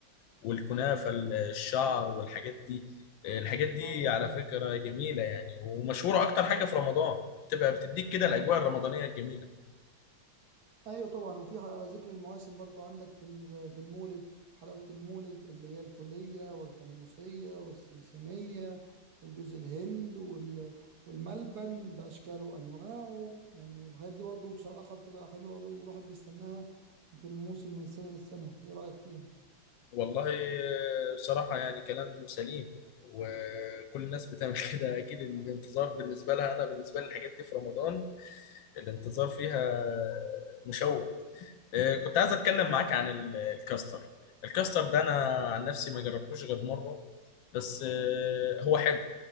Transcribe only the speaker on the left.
والكنافة الشعر والحاجات دي الحاجات دي
على فكرة جميلة يعني ومشهورة أكتر حاجة في رمضان بتبقى بتديك كده الأجواء الرمضانية الجميلة
والله بصراحة يعني كلام سليم وكل الناس بتعمل <laughs> كده أكيد الانتظار بالنسبة لها أنا بالنسبة لي الحاجات دي في رمضان الانتظار فيها مشوق آه، كنت عايز اتكلم معاك عن ال- الكاستر الكاستر ده انا عن نفسي ما جربتوش غير مره بس آه، هو حلو